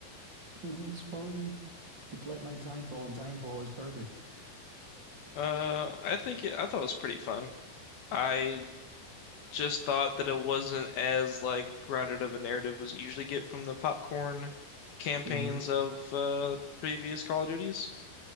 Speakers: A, on the right; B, on the left.
A: It was fun. It played like Timefall, and Timefall was perfect.
B: Uh, I think it, I thought it was pretty fun. I just thought that it wasn't as like grounded of a narrative as you usually get from the popcorn campaigns
A: hmm
B: of uh, previous Call of Duties.